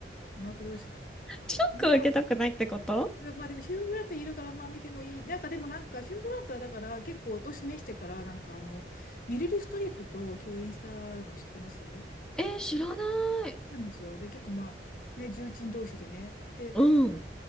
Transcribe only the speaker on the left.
マークどうしよう。
まあ、まあでもヒュー・グラントいるから、まあ見てもいい。なんかでもなんか、ヒュー・グラントはだから結構お年めしてから、なんかあの、メリル・ストリープと共演したの知ってます
そうなんですよ。で、結構まあ、ね、重鎮同士でね。で、